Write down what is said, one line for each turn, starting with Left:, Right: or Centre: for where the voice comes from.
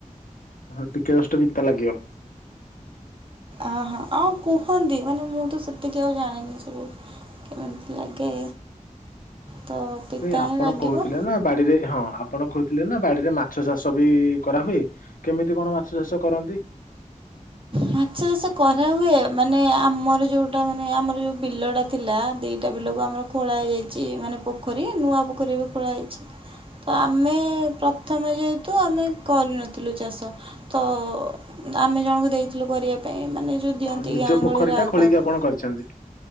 Left: ହ ଟିକେ ଜଷ୍ଟ ପିତା ଲାଗିବ।
Right: ଆ ହ ଆଉ କୁହନ୍ତି, ମାନେ ମୁହ ତ ସେତିକି ଆଉ ଜାଣିନି ଜେ କେମତି ଲାଗେ। ତ ପିତା
Left: ନ ଆପଣ
Right: ହିଁ ଲାଗିବ
Left: କହୁଥିଲେ ନା ବାଡିରେ ହଁ। ଆପଣ କହୁଥିଲେ ନା ବାଡିରେ ମାଛ ଚାଷ ବି କରାହୁୁଏ। କେମିତି କଣ ମାଛ ଚାଷ କରନ୍ତି?
Right: ମାଛ ଚାଷ କରା ହୁଏ। ମାନେ ଆମର ଯୋଉଟା ମାନେ ଆମର ଯୋଉ ବିଲ ଟା ଥିଲା ଦିଟା ବିଲକୁ ଆମର ଖୋଳା ହେଇଯାଇଛି। ମାନେ ପୋଖରୀ ନୂଆ ପୋଖରୀ ବି ଖୋଳା ହେଇଛି ତ ଆମେ ପ୍ରଥମେ ଯେହେତୁ ଆମେ କରିନଥିଲୁ ଚାଷ ତ ଆମେ ଜଣଙ୍କୁ ଦେଇଥିଲୁ କରିବା ପାଇଁ ମାନେ ଯେଉଁ ଦିଅନ୍ତି
Left: ଆ ନିଜ
Right: ଗାଁ
Left: ପୋଖରୀ
Right: ଗହଳିରେ
Left: ଟା
Right: ଆଉ
Left: ଖୋଳିକି
Right: କାହାକୁ
Left: ଆପଣ କରିଛନ୍ତି